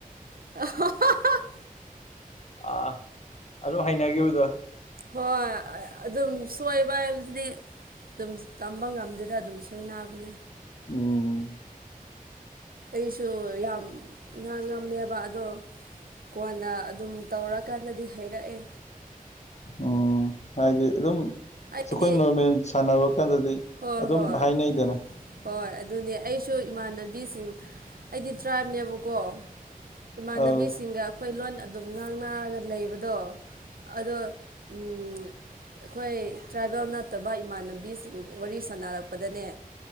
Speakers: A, on the right; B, on the left.
A: <unintelligible>
B: ꯑꯥ ꯑꯗꯨꯝ ꯍꯩꯅꯈꯤꯕꯗꯣ꯫
A: ꯍꯣꯏ ꯑꯗꯨꯝ ꯁꯣꯏꯕ ꯍꯥꯏꯕꯁꯤꯗꯤ ꯗꯨꯝ ꯇꯝꯕ ꯉꯝꯗꯦꯗ ꯑꯗꯨꯝ ꯁꯣꯏꯅꯕꯅꯦ꯫
B: ꯑꯣ
A: ꯑꯩꯁꯨ ꯌꯥꯝ ꯉꯥꯡꯉꯝꯃꯦꯕ ꯑꯗꯣ ꯀꯣꯟꯅ ꯑꯗꯨꯝ ꯇꯧꯔꯀꯥꯟꯗꯗꯤ ꯍꯩꯔꯛꯑꯦ꯫
B: ꯎꯝ ꯍꯥꯏꯗꯤ ꯑꯗꯨꯝ ꯑꯩꯈꯣꯏ
A: ꯑꯩꯗꯤ
B: ꯅꯣꯔꯃꯦꯜ ꯁꯥꯟꯅꯕ ꯀꯥꯟꯗꯗꯤ
A: ꯍꯣꯏ
B: ꯑꯗꯨꯝ
A: ꯍꯣꯏ
B: ꯍꯥꯏꯅꯩꯗꯅ
A: ꯍꯣꯏ ꯑꯗꯨꯅꯦ ꯑꯩꯁꯨ ꯏꯃꯥꯟꯅꯕꯤꯁꯤꯡ ꯑꯩꯗꯤ ꯇ꯭ꯔꯥꯏꯕꯅꯦꯕꯀꯣ꯫ ꯏꯃꯥꯟꯅꯕꯤꯁꯤꯡꯒ
B: ꯑꯧ
A: ꯑꯩꯈꯣꯏ ꯂꯣꯟ ꯑꯗꯨꯝ ꯉꯥꯡꯅꯔꯒ ꯂꯩꯕꯗꯣ ꯑꯗꯣ ꯎꯝ ꯑꯈꯣꯏ ꯇ꯭ꯔꯥꯏꯕꯦꯜ ꯅꯠꯇꯕ ꯏꯃꯥꯟꯅꯕꯤꯁꯤꯡ ꯋꯥꯔꯤ ꯁꯥꯟꯅꯔꯛꯄꯗꯅꯦ